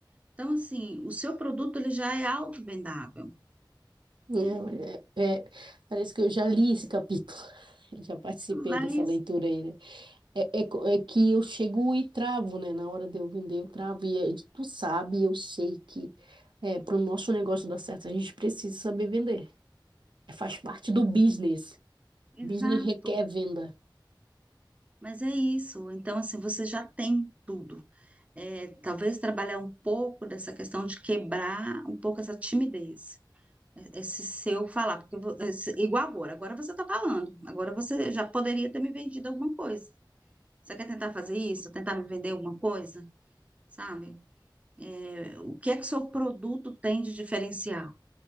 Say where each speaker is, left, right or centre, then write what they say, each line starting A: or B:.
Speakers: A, on the right; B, on the right.
A: Então, assim, o seu produto ele já é auto-vendável,
B: É,
A: né?
B: é- é, parece que eu já li esse capítulo, <laughs> já participei
A: Mas,
B: dessa leitura aí, né? É, é, co- é que eu chego e travo, né? Na hora de eu vender, eu travo. E é- tu sabe, eu sei que é, para o nosso negócio dar certo, a gente precisa saber vender. É, faz parte do business.
A: exato.
B: Business requer venda.
A: Mas é isso. Então, assim, você já tem tudo. É, talvez trabalhar um pouco dessa questão de quebrar um pouco essa timidez. E- Esse seu falar, porque vo- esse- igual agora, agora você está falando, agora você já poderia ter me vendido alguma coisa. Você quer tentar fazer isso, tentar me vender alguma coisa, sabe? É, o que é que o seu produto tem de diferencial?